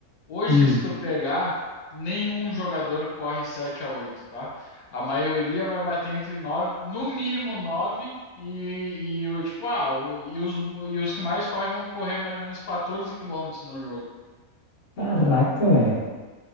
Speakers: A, on the left; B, on the left.
A: Hoje,
B: Hum.
A: se tu pegar, nenhum jogador corre 7 a 8, tá? A maioria vai bater entre 9, no mínimo 9 e, e o tipo, ah, o- e os, e os que mais correm vão correr mais ou menos 14 quilômetros no jogo.
B: Caraca, velho.